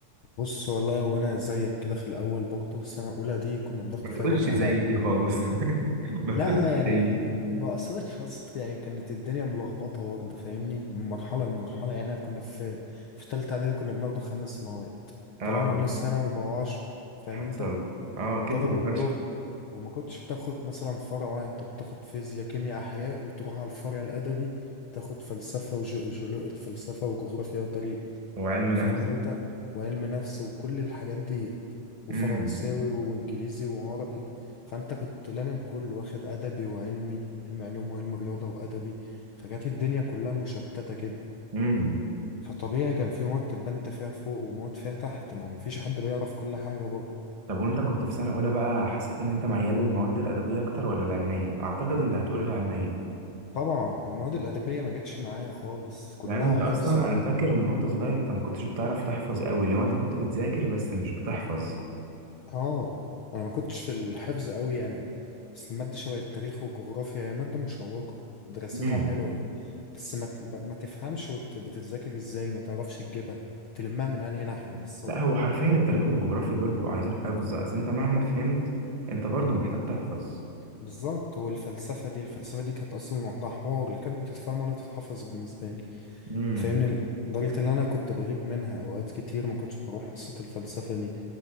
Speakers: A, on the left; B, on the right.
A: بص والله وانا زيك كده في الاول برضه السنه الاولى دي كنا بناخد
B: ما
A: فيها
B: تقولش
A: كل
B: زي
A: حاجه
B: دي خالص <laughs> ما
A: لا
B: تقولش
A: يعني
B: زي
A: ما اثرتش حصت يعني كانت الدنيا ملخبطه برضه فاهمني من مرحله لمرحله يعني كنا في في ثالثه اعدادي كنا بناخد خمس مواد
B: اه
A: طلعنا اولى ثانوي بقى 10 فاهم
B: حصل
A: انت
B: اه
A: الضرب
B: كتر
A: والضرب
B: فشخ
A: وما كنتش بتاخد مثلا فرع واحد انت بتاخد فيزياء كيمياء احياء وتروح على الفرع الادبي تاخد فلسفه وجو... جولو... فلسفه وجغرافيا وتاريخ
B: وعلم نفس
A: فاهمني انت وعلم نفس وكل الحاجات دي وفرنساوي
B: امم
A: وانجليزي وعربي فانت كنت لامم كله واخد ادبي وعلمي علم علوم وعلم رياضه وادبي فكانت الدنيا كلها مشتته كده
B: امم
A: فطبيعي كان في مواد تبقى انت فيها فوق ومواد فيها تحت ما هو مفيش حد بيعرف كل حاجه برضه
B: طب وانت كنت في سنة اولى بقى حسيت ان انت ميال للمواد الادبية اكتر ولا العلمية اعتقد انت هتقول العلمية
A: طبعا المواد الادبيه ما جاتش معايا خالص كلها
B: لان انت
A: حفظ
B: اصلا انا فاكر من وانت صغير انت ما كنتش بتعرف تحفظ قوي لو انت كنت بتذاكر بس مش بتحفظ
A: اه انا ما كنتش في الحفظ قوي يعني بس المادة شبه التاريخ والجغرافيا هي مادة مشوقة دراستها
B: امم
A: حلوة بس ما ت- ب- ما تفهمش وت- بتتذاكر ازاي ما تعرفش تجيبها تلمها من انهي ناحية بالظبط
B: لا هو حرفيا التاريخ والجغرافيا دول بيبقوا عايزين حفظ اصل انت مهما فهمت انت برضو
A: مم.
B: محتاج تحفظ
A: بالظبط والفلسفة دي الفلسفة دي كانت أصلا لوحدها حوار لا كانت بتتفهم ولا تتحفظ بالنسبة لي
B: امم
A: فاهمني لدرجة إن أنا كنت بغيب منها أوقات كتير ما كنتش بروح حصة الفلسفة دي